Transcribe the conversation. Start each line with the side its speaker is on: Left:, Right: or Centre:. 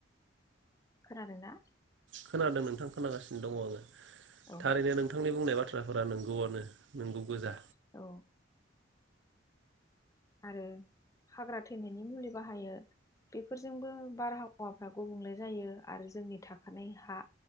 Left: खोनादोंना?
Right: खोनादों नोंथां खोनागासिनो दङ आङो।
Left: औ
Right: थारैनो नोंथांनि बुंनाय बा बाथ्राफोरा नोंगौआनो नोंगौ गोजा।
Left: औ। आरो हाग्रा थैनायनि मुलि बाहायो बेफोरजोंबो बारहावाफ्रा गुबुंले जायो आरो जोंनि थाखानाय हा